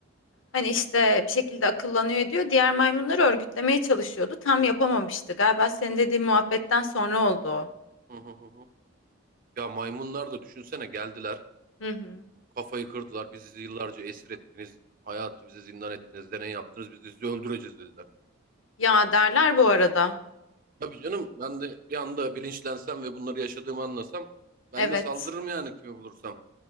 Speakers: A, on the left (about 70°); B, on the right (about 40°).
A: Hani işte bir şekilde akıllanıyor ediyor. Diğer maymunları örgütlemeye çalışıyordu. Tam yapamamıştı. Galiba senin dediğin muhabbetten sonra oldu o.
B: Hı hı hı. hı. Ya maymunlar da düşünsene geldiler.
A: Hı hı.
B: Kafayı kırdılar. Bizi yıllarca esir ettiniz. Hayatı bize zindan ettiniz. Deney yaptınız. Biz de sizi öldüreceğiz dediler.
A: Ya derler bu arada.
B: Tabii canım ben de bir anda bilinçlensem ve bunları yaşadığımı anlasam ben
A: Evet.
B: de saldırırım yani kimi bulursam.